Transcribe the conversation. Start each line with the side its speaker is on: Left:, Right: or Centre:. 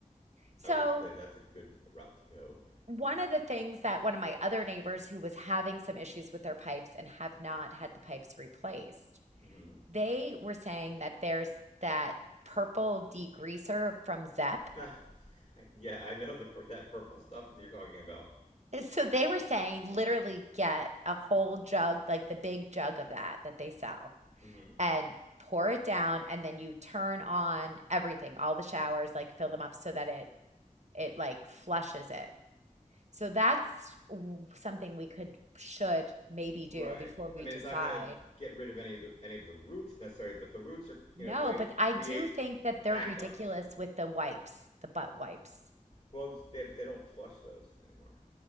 Right: So
Left: I would say that's a good route to go.
Right: one of the things that one of my other neighbors who was having some issues with their pipes and have not had the pipes replaced.
Left: Mm-hmm.
Right: They were saying that there's that purple degreaser from Zepp.
Left: <laughs> yeah, I know the pur- that purple stuff that you're talking about.
Right: So they were saying literally get a whole jug, like the big jug of that that they sell,
Left: Mm-hmm.
Right: and pour it down, and then you turn on everything, all the showers, like fill them up so that it it like flushes it. So that's something we could should maybe
Left: Right.
Right: do before we
Left: I mean,
Right: decide.
Left: it's not going to get rid of any of the any of the roots necessarily, but the roots are you
Right: No,
Left: know they
Right: but I
Left: create
Right: do think that they're
Left: backups.
Right: ridiculous with the wipes, the butt wipes.
Left: Well, it's- they, but they don't flush those anymore.